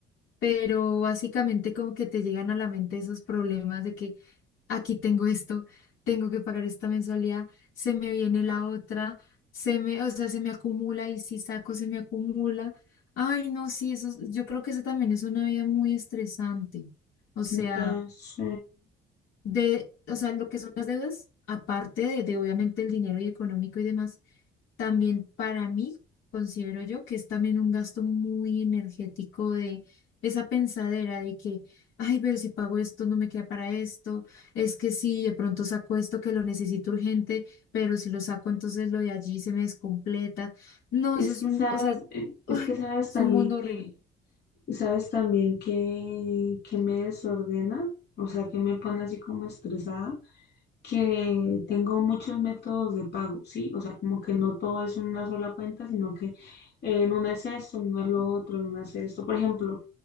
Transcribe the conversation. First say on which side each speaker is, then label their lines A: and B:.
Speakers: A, on the left (about 80°); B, on the left (about 60°).
A: pero básicamente como que te llegan a la mente esos problemas de que aquí tengo esto, tengo que pagar esta mensualidad, se me viene la otra, se me, o sea, se me acumula y si saco se me acumula. Ay, no, sí, eso, es- yo creo que eso también es una vida muy estresante. O sea,
B: Entonces,
A: de, o sea, lo que son las deudas, aparte de, de obviamente el dinero y económico y demás también para mí, considero yo que es también un gasto muy energético de esa pensadera de que, ay, pero si pago esto, no me queda para esto, es que si de pronto saco esto que lo necesito urgente, pero si lo saco, entonces lo de allí se me descompleta. No,
B: es
A: eso es
B: que
A: un,
B: sabes,
A: o sea,
B: eh,
A: <laughs> ay,
B: es que sabes
A: es
B: también
A: un mundo
B: que,
A: horrible.
B: sabes también que, que me desordena, o sea, que me pone así como estresada que tengo muchos métodos de pago, ¿sí? O sea, como que no todo es una sola cuenta, sino que eh, en una es esto, en una es lo otro, en una es esto. Por ejemplo,